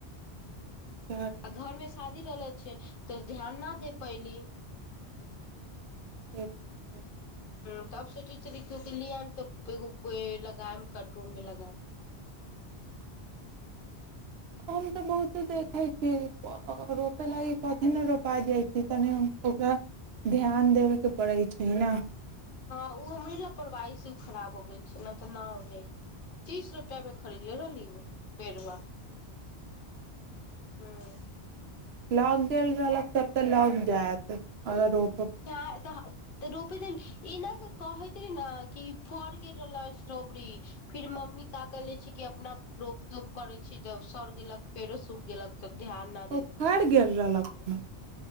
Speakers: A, on the right (about 70°); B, on the left (about 60°).
A: चार
B: आ घर मे शादी रहलो छै तऽ ध्यान न दे पैली
A: <unintelligible>
B: ह तब सोचे छलि की आके लेऽ आइम तब एगो पेड़ लगाइम करटून मे लगाइम
A: हम तऽ बहुते देखैत छी रोपय लागि कथि न रोपा जाइ छी तनि ओकरा ध्यान देबे के पड़ै छै न
B: हँ ओ हमरे लापरवाही से खराब हो गेल छै ना तऽ न हो जाए तीस रुपआ मे खरीदले रहली उ बेरुआ हँ
A: लाग गेल रहलक तब तऽ लाग जायत अगर ओ
B: घ्या तहः <unintelligible> तऽ रोपै दिन एना के कहैत रहि न कि फर गेल रहल स्ट्रबेरी फिर मम्मी ताक ले छी कि अपना रोप तोप करे छी तऽ सड़ गेलक पेड़ो सूख गेलक तऽ ध्यान ना
A: तऽ फर गेल रहलक ओह मऽ